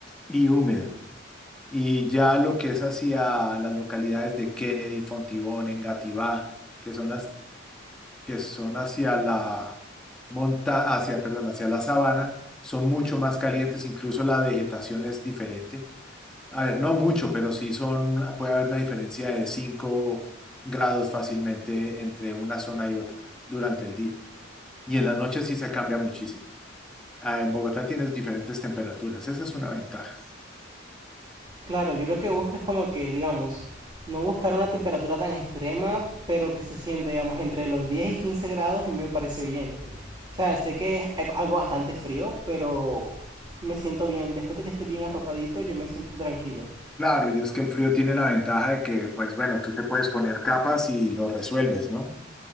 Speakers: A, in the centre; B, on the right.
A: y húmedo. Y ya lo que es hacia las localidades de Kennedy, Fontibón, Engativá, que son las que son hacia la monta hacia, perdón, hacia la sabana, son mucho más calientes, incluso la vegetación es diferente. A ver, no mucho, pero sí son, puede haber una diferencia de cinco grados fácilmente entre una zona y otra durante el día. Y en la noche sí se cambia muchísimo. Ah, En Bogotá tienes diferentes temperaturas, esa es una ventaja.
B: Claro, yo lo que busco es como que, digamos, no buscar una temperatura tan extrema, pero que se siente, digamos, entre los 10 y 15 grados, a mí me parece bien. O sea, sé que es algo bastante frío, pero me siento bien. Después de que esté bien arropadito, yo me siento tranquilo.
A: Claro, y es que el frío tiene la ventaja de que, pues bueno, tú te puedes poner capas y lo resuelves, ¿no?